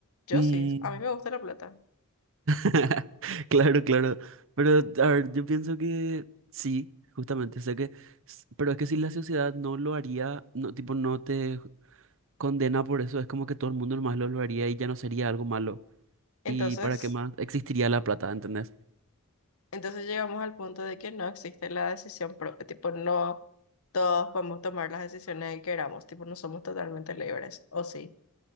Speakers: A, on the left (about 70°); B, on the right (about 60°).
A: yo
B: mm,
A: sí, a mí me gusta la plata.
B: <laughs> Claro, claro. Pero, a ver, yo pienso que sí, justamente, sé que, s- pero es que si la sociedad no lo haría, no, tipo, no te condena por eso, es como que todo el mundo nomás lo, lo haría y ya no sería algo malo.
A: Entonces,
B: ¿Y para qué más existiría la plata, entendés?
A: entonces llegamos al punto de que no existe la decisión propia, tipo, no todos podemos tomar las decisiones que queramos, tipo, no somos totalmente libres, ¿o sí?